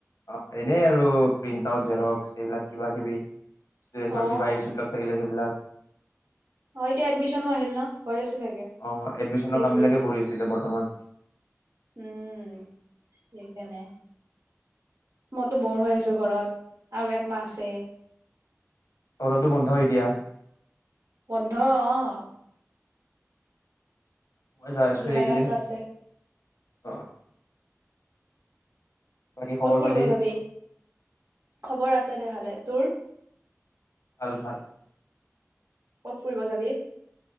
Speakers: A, on the left (about 85°); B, on the right (about 70°).
A: অ' এনেই আৰু । প্ৰিন্ট-আউট, জেৰক্স এইবিলাক কিবা কিবি । ষ্টুডেণ্টৰ
B: অ
A: কিবা
B: অ
A: ইছ্যুবিলাক সেইবিলাক
B: অ' এতিয়া এডমিচনো আহিল ন'? হৈ আছে চাগে
A: অ এডমিশনৰ
B: ডিগ্ৰীৰ
A: কাম বিলাকে
B: ।
A: কৰি আছো এতিয়া বৰ্তমান
B: উম। সেইকাৰণে। মইতো ব'ৰ হৈ আছো ঘৰত । আৰু একমাহ আছে।
A: তহঁতৰটো বন্ধ হয় এতিয়া।
B: বন্ধ অ'।
A: মই যাই আছো
B: জুলাই
A: এইকেইদিন
B: মাহতো আছে।
A: অ'। বাকী খবৰ
B: ক'ত ফুৰিব
A: পাতি
B: যাবি? খবৰ আছে দে ভালে। তোৰ?
A: ভাল-ভাল।
B: ক'ত ফুৰিব যাবি?